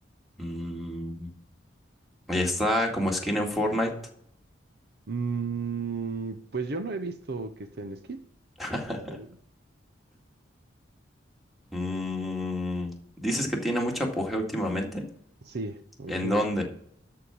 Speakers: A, in the centre; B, on the right.
A: Mm, y está como skin en Fortnite.
B: Mm, pues yo no he visto que esté en esquí,
A: <laughs>
B: la verdad.
A: Mm, dices que tiene mucho apogeo últimamente.
B: Sí, últimamente.
A: ¿En dónde?